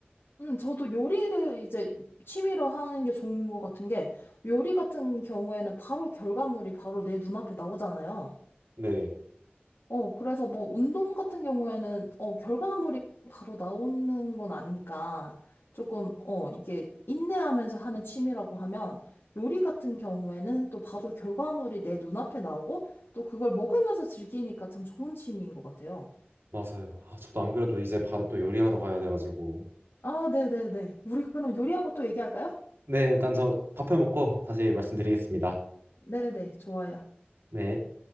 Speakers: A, on the left; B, on the right.
A: 음, 저도 요리를 이제 취미로 하는 게 좋은 것 같은 게, 요리 같은 경우에는 바로 결과물이 바로 내 눈앞에 나오잖아요.
B: 네
A: 어, 그래서 뭐 운동 같은 경우에는, 어, 결과물이 바로 나오는 건 아니니까, 조금, 어, 이게 인내하면서 하는 취미라고 하면, 요리 같은 경우에는 또 바로 결과물이 내 눈앞에 나오고, 또 그걸 먹으면서 즐기니까 참 좋은 취미인 것 같아요.
B: 맞아요. 아, 저도 안 그래도 이제 바로 또 요리하러 가야 돼가지고
A: 아, 네네네. 우리 그럼 요리하고 또 얘기할까요?
B: 네 일단 저 밥해 먹고 다시 말씀드리겠습니다.
A: 네네, 좋아요.
B: 네.